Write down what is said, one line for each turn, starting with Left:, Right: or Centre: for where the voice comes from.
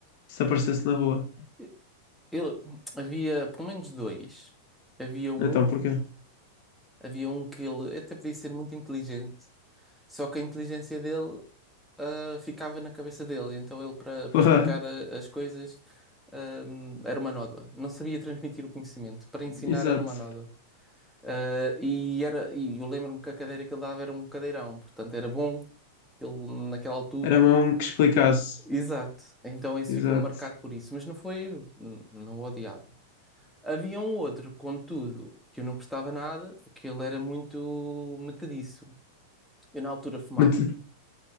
Left: se aparecesse na rua.
Centre: eh, ele havia pelo menos dois. Havia um,
Left: Então, porquê?
Centre: havia um que ele até podia ser muito inteligente, só que a inteligência dele ah, ficava na cabeça dele. Então ele, para para
Left: <laughs>
Centre: explicar
Left: Porra,
Centre: ah, as coisas, ah, era uma nódoa. Não sabia transmitir o conhecimento. Para ensinar
Left: Exato.
Centre: era uma nódoa. Ah, e, era, e eu lembro-me que a cadeira que ele dava era um cadeirão. Portanto, era bom que ele, naquela altura.
Left: Era mesmo um que explicasse.
Centre: Exato. Então esse
Left: Exato.
Centre: ficou marcado por isso. Mas não foi... n- Não o odiava. Havia um outro, contudo, que eu não gostava nada, que ele era muito metediço. Eu na altura fumava
Left: Mas,